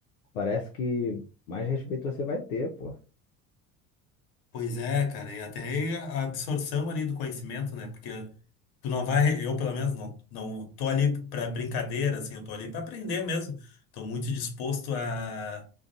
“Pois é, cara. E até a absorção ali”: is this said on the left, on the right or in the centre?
Left